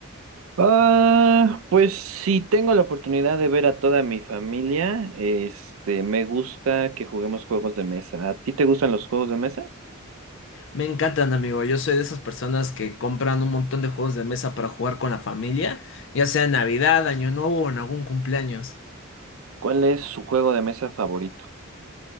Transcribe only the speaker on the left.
Me encantan, amigo. Yo soy de esas personas que compran un montón de juegos de mesa para jugar con la familia, ya sea en Navidad, Año Nuevo o en algún cumpleaños.